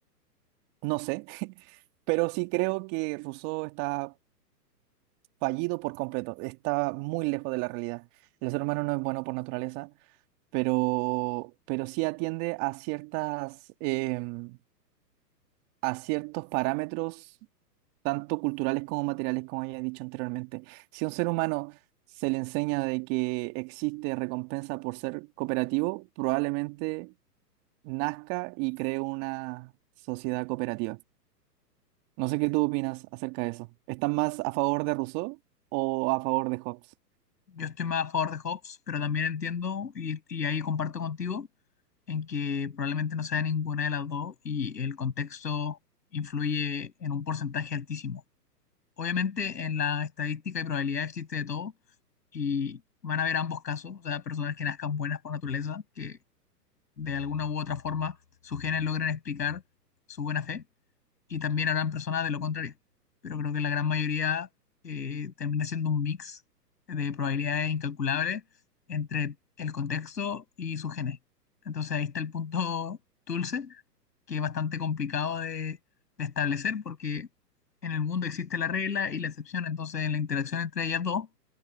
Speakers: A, on the right (about 35°); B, on the left (about 80°).
A: no sé, <laughs> pero sí creo que Rousseau está fallido por completo, está muy lejos de la realidad. El ser humano no es bueno por naturaleza, pero, pero sí atiende a ciertas... em, a ciertos parámetros, tanto culturales como materiales, como ya he dicho anteriormente. Si a un ser humano se le enseña de que existe recompensa por ser cooperativo, probablemente nazca y cree una sociedad cooperativa. No sé qué tú opinas acerca de eso. ¿Estás más a favor de Rousseau o a favor de Hobbes?
B: Yo estoy más a favor de Hobbes, pero también entiendo y, y ahí comparto contigo en que probablemente no sea ninguna de las dos y el contexto influye en un porcentaje altísimo. Obviamente en la estadística y probabilidad existe de todo y van a haber ambos casos, o sea, personas que nazcan buenas por naturaleza, que de alguna u otra forma sus genes logran explicar su buena fe y también habrán personas de lo contrario. Pero creo que la gran mayoría eh, termina siendo un mix de probabilidades incalculables entre el contexto y su genes. Entonces ahí está el punto <laughs> dulce, que es bastante complicado de, de establecer porque en el mundo existe la regla y la excepción. Entonces en la interacción entre ellas dos